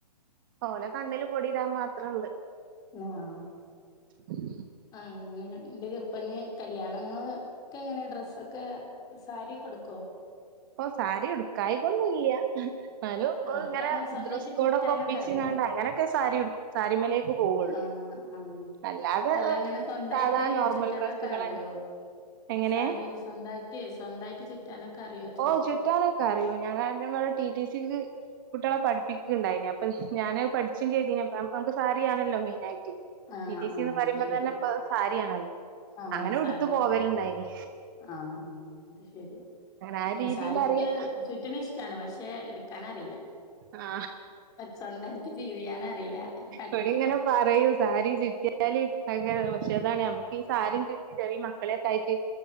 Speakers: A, on the right (about 30°); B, on the left (about 15°).
A: ഓലെ കണ്ണിൽ പൊടി ഇടാൻ മാത്രം ഇളെ
B: ആഹ്
A: <unintelligible>
B: ആഹ് അങ്ങനുണ്ട് ഇപ്പൊ ഇനി കല്യാണങ്ങൾക്ക് ഒക്കെ എങ്ങനെയാ ഡ്രസ്സൊക്കെ സാരിയൊക്കെ ഉടുക്കുവോ
A: ഓഹ് സാരി ഉടുക്കായി കൊന്നില്ല ഇന്നാലും ഓല്
B: എടുക്കാനോ
A: ഇങ്ങനെ
B: സ്വന്തായിട്ട്
A: ഡ്രസ്സ്‌
B: ചുറ്റാനൊക്കെ
A: ഒപ്പിച്ചാണ്ട്
B: അറിയോ?
A: അങ്ങനെ ഒക്കെ സാരി സാരിമേലേക്ക് പോവുള്ളു
B: ആഹ് ആഹ്
A: അല്ലാതെ
B: അല്ല
A: ഏഹ്
B: അങ്ങനെ സ്വന്തായിട്ട്
A: സാധാ നോർമൽ
B: ചുറ്റാനൊക്കെ
A: ഡ്രെസ്സുകളന്നെ
B: അറിയോ?
A: എങ്ങനെ
B: സാരി സ്വന്തായിട്ട് സ്വന്തായിട്ട് ചുറ്റാനൊക്കെ അറിയോ ചോയിക്ക.
A: ഓഹ് ചുറ്റാനൊക്കെ അറിയോ ഞങ്ങ നിങ്ങടെ ടി ടിസി ക്ക് കുട്ടികളെ പഠിപ്പിക്കണ്ടായിതിനെ അപ്പൊ ഞാന് പഠിച്ചും ചെയ്തി നമുക്ക് സാരിയാണല്ലോ മൈനായിട്ട്
B: ആഹ്
A: ടി ടി സി
B: ആഹ്
A: ന് പറയുമ്പോ
B: അത് ശരി.
A: തന്നെ ഇപ്പൊ സാരിയാണല്ലോ
B: ആഹ്
A: അങ്ങനെ
B: സാരി
A: ഉടുത്ത് പോവലുണ്ടായിനി
B: ആഹ് ആഹ് അത് ശരി
A: അങ്ങനെ ആ രീതിൽ
B: സാരിക്ക്
A: അറിയാം
B: ചുറ്റനേ ഇഷ് ട്ടാണ് പക്ഷെ എടുക്കാനറിയില്ല
A: ആ
B: സ്വന്തായിട്ട് ചെയ്യാൻ അറിയൂല പഠിക്കണം
A: ഇവിടെ ഇങ്ങനെ പറയൂ സാരി ചുറ്റിയാല് ഭയങ്കര പക്ഷെ അതാണ് നമ്മുക്ക് ഈ സാരിയും ചുറ്റി ചെറിയ മക്കളെക്ക ആയിട്ട്